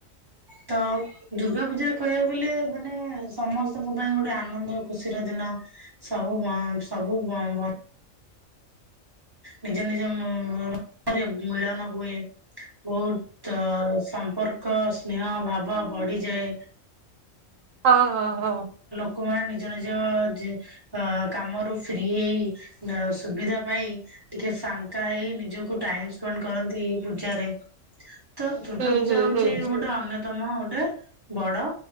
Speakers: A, on the right; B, on the right.
A: ତ ଦୁର୍ଗା ପୂଜା। କହିବାକୁ ଗଲେ ମାନେ ସମସ୍ତଙ୍କ ପାଇଁ ଗୋଟେ ଆନନ୍ଦ ଖୁସିର ଦିନ। ସବୁ ଗାଁ ସବୁ ଗାଁ। ନିଜ ନିଜରେ ମିଳନ ହୁଏ। ବହୁତ ସମ୍ପର୍କ ସ୍ନେହ ଭାବ ବଢିଯାଏ।
B: ହଁ ହୋ ହୋ।
A: ଲୋକ ମାନ ନିଜ ନିଜ ଅ କାମରୁ ଫ୍ରିହେଇ ସୁବିଧା ପାଇ। ଟିକେ ଫାଙ୍କା ହେଇ ନିଜକୁ ଟାଇମ ସ୍ପେଣ୍ଡ କରନ୍ତି ଏଇ ପୂଜାରେ। ତ ଦୁର୍ଗା
B: ହୁଁ
A: ପୂଜା
B: ହୁଁ
A: ହଉଛି
B: ହୁଁ।
A: ଗୋଟେ ଅନ୍ୟତମ ଗୋଟେ ବଡ